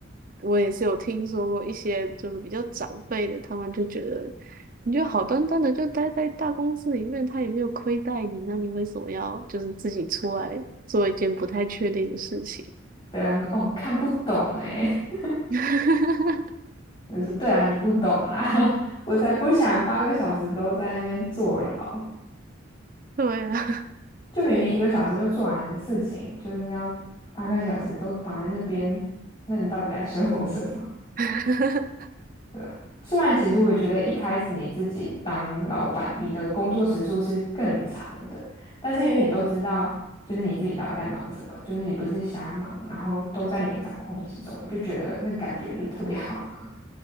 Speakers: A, on the right; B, on the left.
A: 我也是有听说过一些就是比较长辈的，他们就觉得你就好端端的就待在大公司里面，他也没有亏待你，那你为什么要就是自己出来做一件不太确定的事情？
B: 对啊，说：“哦，看不懂哎。<laughs>”
A: <laughs>
B: 我就说：“对啊，你不懂啦，<laughs> 我才不想八个小时都在那边坐牢，
A: 对啊，
B: 就明明一个小时就做完的事情，就是要八个小时都绑在那边，那你到底在生活什么？”
A: <laughs>
B: 对吧？虽然其实我也觉得一开始你自己当老板，你的工作时数是更长的，但是因为你都知道，就是你自己到底在忙什么，就是你不是瞎忙，然后都在你的掌控之中，就觉得那个感觉就特别好。<laughs>